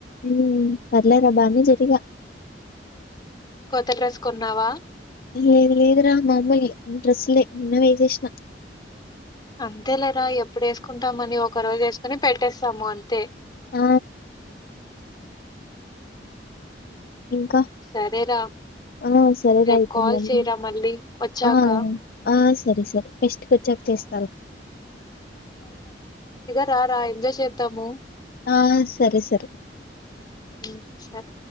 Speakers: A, on the left; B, on the left.
A: ఉమ్ పర్లేద బానే జెరిగా
B: కొత్త డ్రెస్ కొన్నావా
A: లేదు లేదు రా మామూలు డ్రస్సులే ఉన్నా వేసేసిన
B: అంతే లేరా ఎప్పుడు వేసుకుంటామని ఒక రోజు వేసుకుని పెట్టేస్తాము అంతే
A: ఆ ఇంకా
B: సరేరా
A: ఆ సరే రా
B: రేపు
A: అయితే
B: కాల్
A: మళ్ళీ
B: చేయరా మళ్ళీ వచ్చాక
A: ఆ ఆ సరే సరే ఫెస్ట్ వచ్చాక చేస్తాలే
B: రా రా ఎజాయ్ చేద్దాము
A: ఆ సరే సరే
B: ఉమ్ సరే